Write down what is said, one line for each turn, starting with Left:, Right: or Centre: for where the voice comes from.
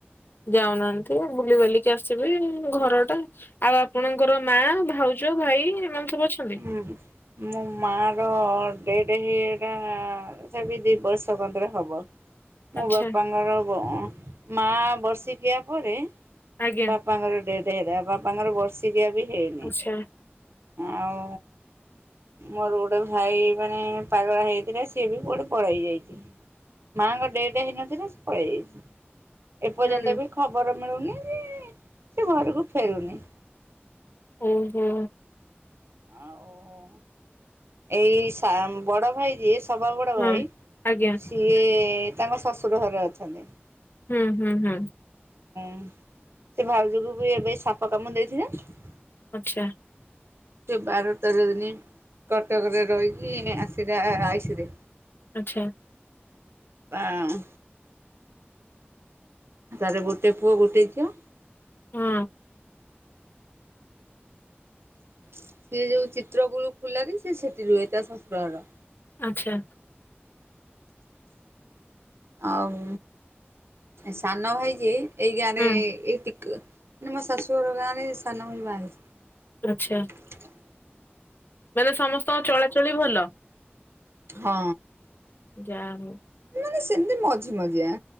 Left: ଯାଉନାହାନ୍ତି ବୁଲି ବଲିକି ଆସିବି ଘର ଟା ଆଉ ଆପଣଙ୍କର ମା ଭାଉଜ। ଭାଇ ଏମାନେ ସବୁ ଅଛନ୍ତି?
Right: ହୁଁ ମୁଁ ମାଆ ର ଡେଟ ହେଇ ହେଇ କା ସେ ଦି ବର୍ଷ ପନ୍ତରେ ହବ। ମୋ
Left: ଆଚ୍ଛା
Right: ବାପାଙ୍କର ମା ବର୍ଷିକିଆ ପରେ
Left: ଆଜ୍ଞା
Right: ବାପାଙ୍କର ଡେଟ ହେଲା ବାପାଙ୍କର ବର୍ଷିକିଆ ବି ହେଇନି।
Left: ଆଚ୍ଛା
Right: ଆଉ ମୋର ଗୋଟେ ଭାଇ ମାନେ ପାଗଳ ହେଇଥିଲା ସିଏ ବି କୁଆଡେ ପଳେଇ ଯାଇଛି। ମାଆଙ୍କ ଡେଟ ହେନ ଦିନ ସେ ପଳେଇ ଯାଇଛି। ଏପର୍ଯ୍ୟନ୍ତ
Left: ହୁଁ
Right: ବି ଖବର ମିଳୁନି ଯେ ସେ ଘରକୁ ଫେରୁନି।
Left: ଓହୋ।
Right: ଆଉ ଏଇ ସାମ୍ ବଡ ଭାଇ ଯିଏ? ସଭା ବଡ
Left: ହଁ
Right: ଭାଇ
Left: ଆଜ୍ଞା
Right: ସିଏ ତାଙ୍କ ଶ୍ୱଶୁର ଘରେ ଅଛନ୍ତି।
Left: ହୁଁ ହୁଁ ହୁଁ।
Right: ଉଁ ସେ ଭାଉଜ କୁ ବି ଏବେ ସାପ କାମ ଦେଇଛି ଜାଣିଚୁ।
Left: ଆଚ୍ଛା।
Right: ବାର ତେର ଦିନ କଟକରେ ରହିକି ଆସିଲା ଆଇସରେ।
Left: ଆଚ୍ଛା।
Right: ବାଁ ତାର ଗୋଟେ ପୁଅ ଗୋଟେ ଝିଅ।
Left: ହୁଁ।
Right: ସିଏ ଯୋଉ ଚିତ୍ର ଗୁଳୁ ଖୁଲାରୀ ସେ ସେଠି ରୁହେ ତା ଶଶୁର ଘର।
Left: ଆଚ୍ଛା।
Right: ଆଉ ସାନ ଭାଇ ଯିଏ ଏଇ ଗାଁ ରେ
Left: ହୁଁ
Right: ଏଇ ତିକ୍ ମାନେ ମୋ ଶାଶୁ ଘର ଗାଁରେ ରେ ସାନ ଭାଇ ବାହାହେଇଛି।
Left: ଆଚ୍ଛା ମାନେ ସମସ୍ତଙ୍କ ଚଳାଚଳି ଭଲ।
Right: ହଁ।
Left: ଯାଆ ହୋଉ।
Right: ମାନେ ସେମିତି ମଝି ମଝିଆ